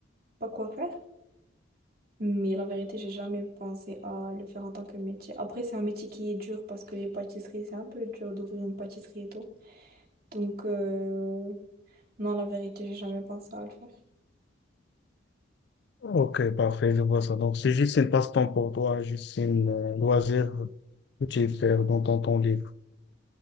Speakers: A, on the right (about 50°); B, on the left (about 55°).
A: pas quoi faire. Mais la vérité, j'ai jamais pensé à le faire en tant que métier. Après, c'est un métier qui est dur parce que les pâtisseries, c'est un peu dur d'ouvrir une pâtisserie et tout. Donc, euh, non, la vérité, j'ai jamais pensé à le faire.
B: Ok, parfait, je vois ça. Donc, c'est juste une passe-temps pour toi, juste une euh, loisir que tu fais dans ton temps libre.